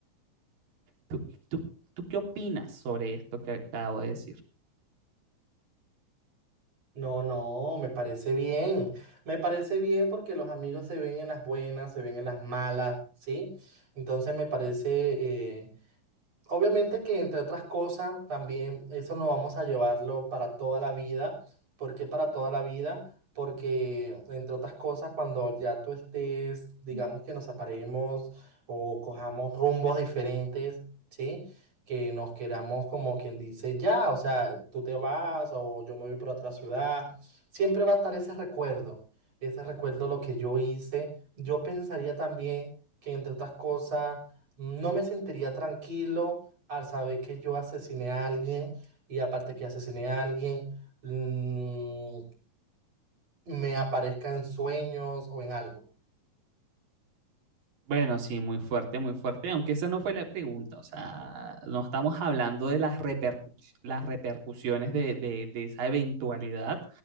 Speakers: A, on the right (about 75°); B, on the right (about 45°).
A: ¿Tú, tú, tú qué opinas sobre esto que acabo de decir?
B: No, no, me parece bien. Me parece bien porque los amigos se ven en las buenas, se ven en las malas, ¿sí? Entonces me parece eh, Obviamente que entre otras cosas, también eso no vamos a llevarlo para toda la vida. ¿Por qué para toda la vida? Porque entre otras cosas, cuando ya tú estés, digamos que nos separemos o cojamos rumbos diferentes, ¿sí? Que nos queramos como quien dice, ya, o sea, tú te vas o yo me voy por otra ciudad, siempre va a estar ese recuerdo, ese recuerdo lo que yo hice. Yo pensaría también que entre otras cosas, no me sentiría tranquilo al saber que yo asesiné a alguien y aparte que asesiné a alguien, mm, me aparezca en sueños o en algo.
A: Bueno, sí, muy fuerte, muy fuerte, aunque esa no fue la pregunta, o sea, no estamos hablando de las, repercu- las repercusiones de, de- de esa eventualidad,